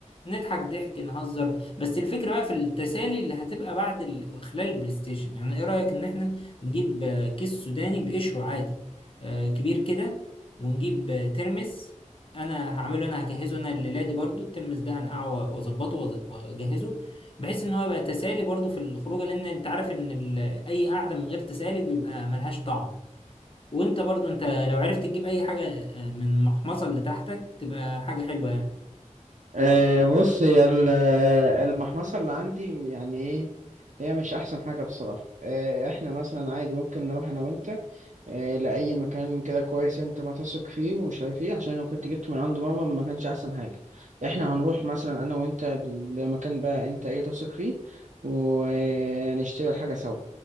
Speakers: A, on the left; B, on the right.
A: نضحك ضحك نهزر بس الفكره بقى في التسالي اللي هتبقى بعد ال... خلال البلاي ستيشن يعني ايه رايك ان احنا نجيب آه، كيس سوداني بقشره عادي آه، كبير كده ونجيب آه، ترمس انا هعمله انا هجهزه انا لليلادي برضو الترمس ده هنقعه واظبطه وأز- واجهزه بحيث ان هو يبقى تسالي برضو في الخروجه لان انت عارف ان ال- اي قعده من غير تسالي بيبقى ملهاش طعم وانت برضو انت لو عرفت تجيب اي حاجه آه، من المحمصه اللي تحتك تبقى حاجه حلوه يعني
B: آه، بص هي ال- المحمصة اللي عندي يعني ايه هي مش احسن حاجة بصراحة آه، احنا مثلا عادي ممكن نروح انا وانت آه، لأي مكان كده كويس انت ما تثق فيه ومش عارف ايه عشان انا كنت جبته من عنده مرة ما كانش احسن حاجة احنا هنروح مثلا انا وانت لمكان بقى انت ايه تثق فيه ونشتري الحاجة سوا